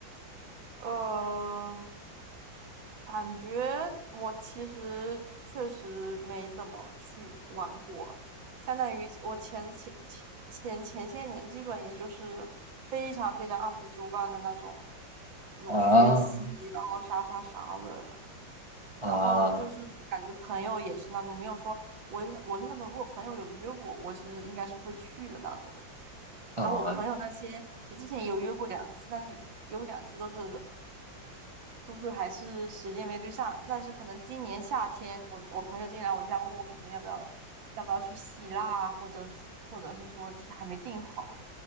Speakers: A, on the right; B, on the right.
A: 呃，感觉我其实确实没怎么去玩过，相当于我前前前前前些年基本也就是非常非常按部就班的那种那种学习，
B: 啊
A: 然后啥啥啥的，
B: 啊
A: 然后就是感觉朋友也是那种没有说我是我是那种如果朋友有约我，我其实应该是会去的那种。
B: 啊！
A: 然后我朋友那些，其实之前也有约过两次，但是有两次都是都是还是时间没对上，但是可能今年夏天，我我朋友今天来我家问我，可能要不要要不要去希腊啊，或者是或者是说就是还没定好。